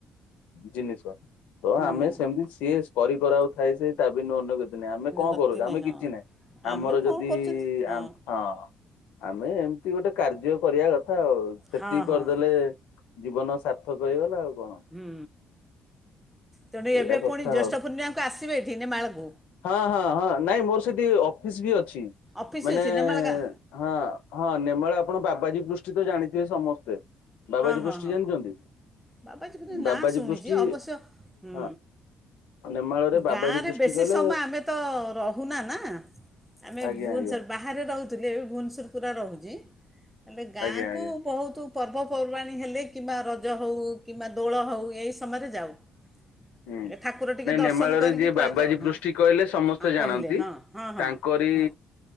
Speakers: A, on the left (about 75°); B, in the centre.
A: ଜିନିଷ। ତ
B: ହୁଁ
A: ଆମେ ସେମିତି ସିଏ କରି କରାଉ ଥାଏ ସେ ତା ବିନୁ ଅନ୍ୟ ଗ ଆମେ କଣ
B: ଗତି
A: କରୁଛୁ ଆମେ
B: ହଁ
A: କିଛି ନାହିଁ ଆମର
B: ଆମେ କଣ
A: ଯଦି
B: କରୁଛନ୍ତି ହଁ
A: ହଁ ଆମେ ଏମିତି ଗୋଟେ କାର୍ଯ୍ୟ କରିବା କଥା ଆଉ ସେତିକି
B: ହଁ ହଁ
A: କରିଦେଲେ ଜୀବନ ସାର୍ଥକ ହେଇଗଲା ଆଉ କଣ
B: ହୁଁ ତେଣୁ ଏବେ
A: ଏଇଆ କଥା
B: ପୁଣି ଜ୍ୟେଷ୍ଠ
A: ଆଉ
B: ପୂର୍ଣ୍ଣିମାଙ୍କୁ ଆସିବେ ଏଠି ମାଳକୁ
A: ହଁ ହଁ ହଁ ନାଇଁ ମୋର ସେଠି ଅଫିସ ବି ଅଛି
B: ଅଫିସ୍
A: ମାନେ
B: ଅଛି ନେମାଳ ଗାଁ
A: ହଁ ହଁ ନେମଳ ଆପଣ ବାବାଜୀ ପୃଷ୍ଟି ତ ଜାଣିଥିବେ ସମସ୍ତେ। ବାବାଜୀ
B: ହଁ
A: ପୃଷ୍ଟି
B: ହଁ ହଁ
A: ଜାଣିଛନ୍ତି
B: ବାବାଜୀ କିନ୍ତୁ
A: ବାବାଜୀ
B: ନାଁ ଶୁଣିଛି
A: ପୃଷ୍ଟି
B: ଅବଶ୍ୟ ହୁଁ
A: ହଁ। ନେମାଳ ରେ ବାବାଜୀ
B: ଗାଁରେ
A: ବୃଷ୍ଟି
B: ବେଶୀ
A: କଲେ
B: ସମୟ ଆମେ ତ ରହୁନା ନା ଆମେ
A: ଆଜ୍ଞା
B: ଭୁବନେଶ୍ୱର
A: ଆଜ୍ଞା
B: ବାହାରେ ରହୁଥିଲେ ଏବେ ଭୁବନେଶ୍ୱର ପୁରା ରହୁଛି ହେଲେ ଗାଁକୁ
A: ଆଜ୍ଞା ଆଜ୍ଞା
B: ବହୁତ ପର୍ବପର୍ବାଣୀ ହେଲେ କିମ୍ବା ରଜ ହୋଉ କିମ୍ବା ଦୋଳ ହୋଉ ଏହିଇ ସମୟରେ ଯାଉ।
A: ହୁଁ।
B: ହେଲେ ଠାକୁର ଟିକେ
A: ନାଇଁ
B: ଦର୍ଶନ
A: ନେମାଳରେ
B: କରିକି
A: ଯିଏ
B: ପଳେଇଯାଅ
A: ବାବାଜୀ
B: ହଁ
A: ପୃଷ୍ଟି କହିଲେ ସମସ୍ତେ
B: ଆଉ
A: ଜାଣନ୍ତି।
B: କହିଲେ ହଁ। ହଁ ହଁ
A: ତାଙ୍କରି
B: ହଁ